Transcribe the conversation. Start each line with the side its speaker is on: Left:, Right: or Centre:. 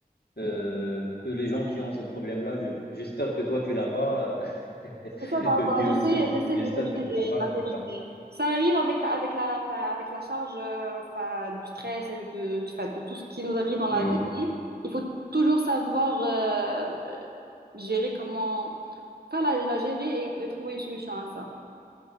Left: euh, que les gens qui ont ce problème-là, je- j'espère que toi tu l'as pas, euh, <laughs>
Right: Ça va,
Left: que
Right: bah,
Left: tu
Right: je sais,
Left: que
Right: j'essaie
Left: j'espère
Right: de le
Left: que
Right: gérer,
Left: tu l'as pas,
Right: la
Left: mais
Right: vérité.
Left: voilà,
Right: Ça arrive avec, avec la, enfin, avec la charge euh, enfin, du stress et de, enfin, de tout ce qui nous arrive dans la
Left: oui.
Right: vie. Il faut toujours savoir euh, gérer comment pas la, la gérer et, et trouver une solution à ça.